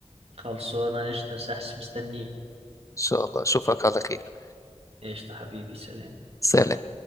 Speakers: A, on the right; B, on the left.
A: خلصانة قشطة يا سحس مستنيك
B: شاء الله اشوفك على خير
A: قشطة حبيبي سلام
B: سلام